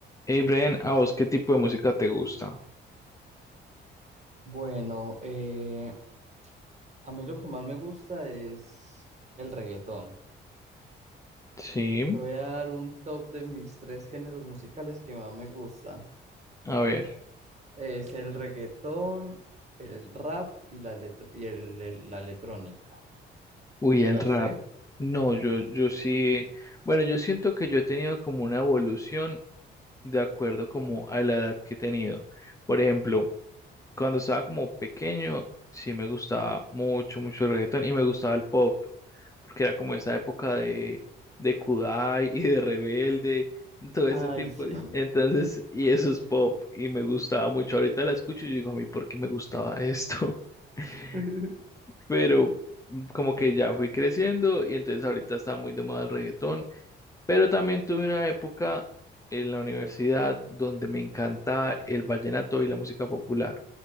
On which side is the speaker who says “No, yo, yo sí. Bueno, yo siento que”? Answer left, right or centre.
Left